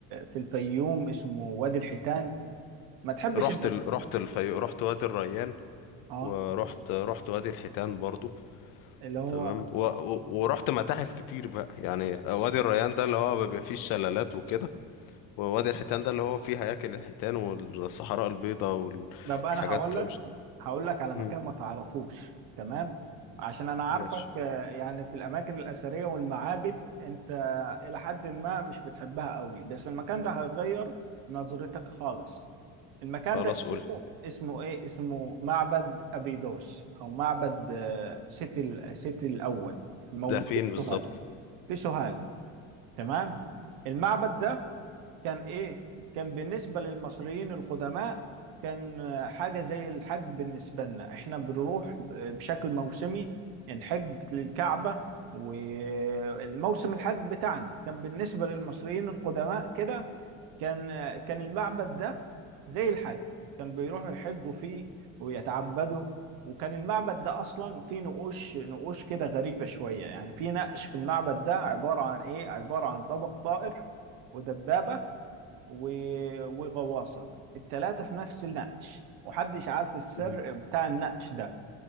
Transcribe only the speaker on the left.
رحت
ال... رحت الفيو... رحت وادي الريان
ورحت رحت وادي الحيتان برضو
تمام و... و... ورحت متاحف كتير بقى يعني وادي الريان ده اللي هو بيبقى فيه الشلالات وكده ووادي الحيتان ده اللي هو فيه هياكل الحيتان والصحراء البيضاء والحاجات
مش
مم.
ماشي
خلاص
قول
ده فين
بالظبط
مم.